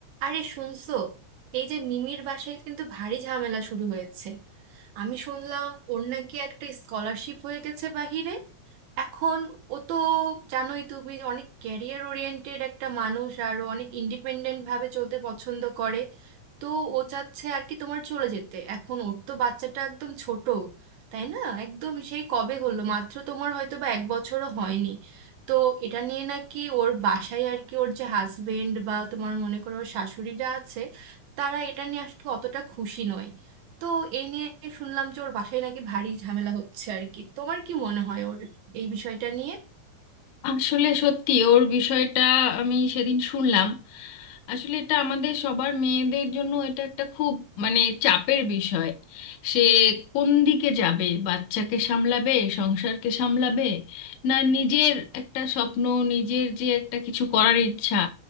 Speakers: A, on the right (about 75°); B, on the left (about 80°).
A: আরে শুনছো এই যে মিমির বাসায় কিন্তু ভারী ঝামেলা শুরু হয়েছে আমি শুনলাম ওর নাকি একটা স্কলারশিপ হয়ে গেছে বাহিরে এখন ও তো জানোই তুমি যে অনেক ক্যারিয়ার ওরিয়েন্টেড একটা মানুষ আর ও অনেক ইন্ডিপেন্ডেন্ট ভাবে চলতে পছন্দ করে তো ও চাচ্ছে আর কি তোমার চলে যেতে এখন ওর তো বাচ্চাটা একদম ছোট তাই না একদম সেই কবে হলো মাত্র তোমার হয়তো বা এক বছরও হয়নি তো এটা নিয়ে নাকি ওর বাসায় আর কি ওর যে হাজবেন্ড বা তোমার মনে করো ওর শাশুড়িরা আছে তারা এটা নিয়ে আসলে অতটা খুশি নয় তো এই নিয়ে শুনলাম যে ওর বাসায় নাকি ভারী ঝামেলা হচ্ছে আর কি তোমার কি মনে হয় ওর এই বিষয়টা নিয়ে
B: আসলে সত্যি ওর বিষয়টা আমি সেদিন শুনলাম আসলে এটা আমাদের সবার মেয়েদের জন্য এটা একটা খুব মানে চাপের বিষয় সে কোন দিকে যাবে বাচ্চাকে সামলাবে সংসারকে সামলাবে না নিজের একটা স্বপ্ন নিজের যে একটা কিছু করার ইচ্ছা